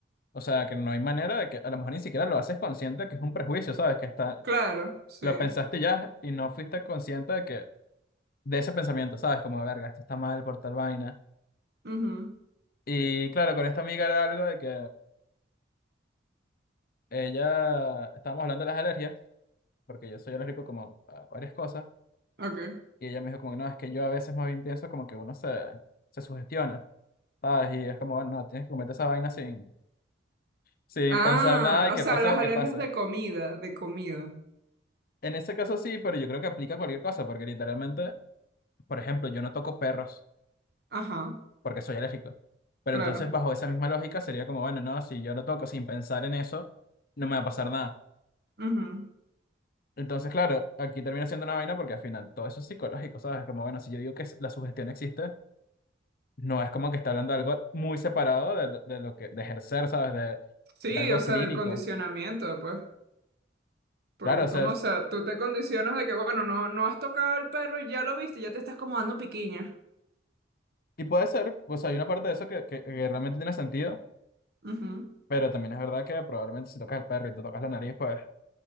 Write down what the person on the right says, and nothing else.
Claro, sí.
Ujú,
Ok.
Ah,
o
sea,
las
alergias
de comida, de comida.
Ajá,
claro.
Ujú.
Sí,
o sea,
del condicionamiento, pues. Porque
es
como,
o sea, tú te condicionas de que, bueno, no, no has tocado el perro y ya lo viste, ya te estás como dando piquiña.
Ujú.